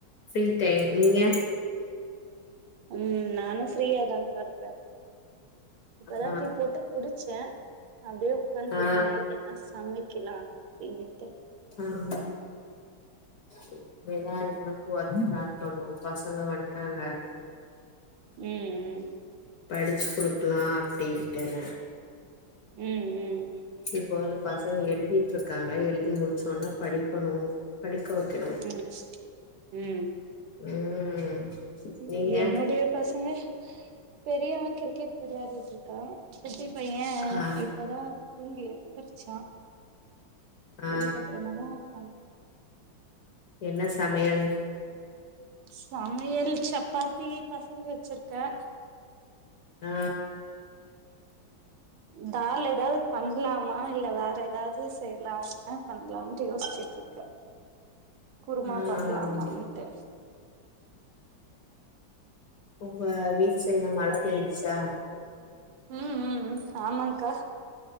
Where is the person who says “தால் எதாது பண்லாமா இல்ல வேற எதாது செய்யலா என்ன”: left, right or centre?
Right